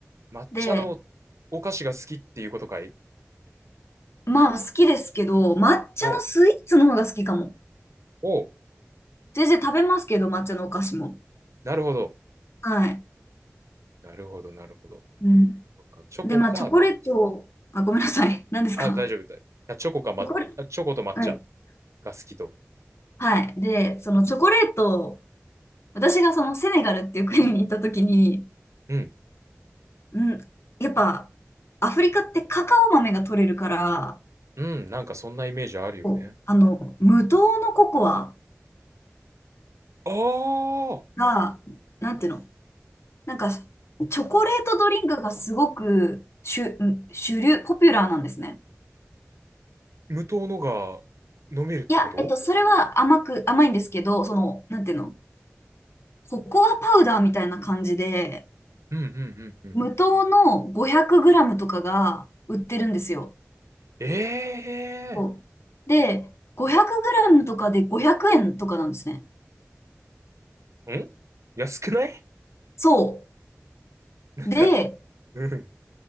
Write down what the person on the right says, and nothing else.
抹茶のお菓子が好きっていうことかい
おお
なるほど。
なるほど、なるほど。
そっかチョコか抹茶。
あ、大丈夫だい。あチョコか抹、
あチョコと抹茶
が好きと。
うん。
うん、なんかそんなイメージあるよね。
ああ、
無糖のが飲めるってこと
うんうんうんうん。
ええ
ん安くない
<laughs> なんか、
うん。